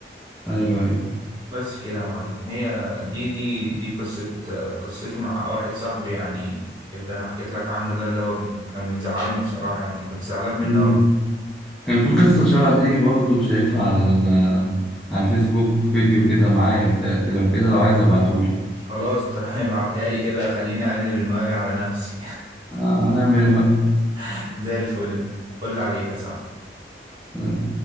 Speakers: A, in the centre; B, on the right.
A: ايوه ايوه
B: بس كده يا معلم هي دي دي دي قصة قصتي مع واحد صاحبي يعني اللي انا حكيت لك عنه ده اللي هو كان مزعلني بصراحة يعني كنت زعلان منه
A: مم.
B: أوي.
A: كان في قصة شبه دي برضه شايفها على ال على الفيسبوك فيديو كده معايا بتاع لو كده لو عايز ابعتهولك
B: خلاص طب <laughs> ابعتها لي كده خليني اقلب المواجع على نفسي
A: آه، هنعمل ايه
B: <laughs> زي الفل فل عليك يا صاحبي
A: بقى